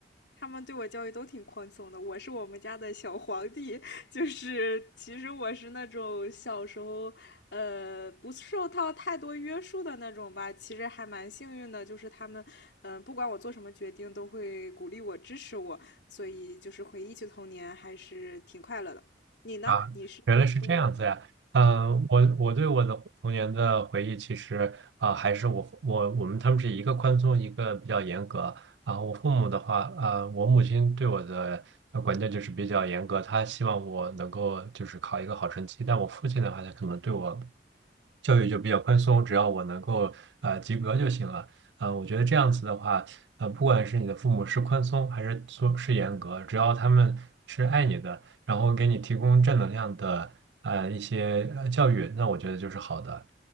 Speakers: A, on the left (about 75°); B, on the right (about 80°).
A: 他们对我教育都挺宽松的，我是我们家的小皇帝，<laughs> 就是其实我是那种小时候，呃，不受到太多约束的那种吧。其实还蛮幸运的，就是他们，嗯、呃不管我做什么决定，都会鼓励我、支持我，所以就是回忆起童年还是挺快乐的。你呢？
B: 啊，
A: 你是父母
B: 原来是这样子呀。嗯、我我对我的童年的回忆，其实啊、还是我我我们他们是一个宽松，一个比较严格啊、我父母的话，呃，我母亲对我的呃管教就是比较严格，她希望我能够就是考一个好成绩。但我父亲的话，他可能对我教育就比较宽松，只要我能够呃及格就行了。呃，我觉得这样子的话，呃，不管是你的父母是宽松还是说是严格，只要他们是爱你的。然后给你提供正能量的呃一些呃教育，那我觉得就是好的。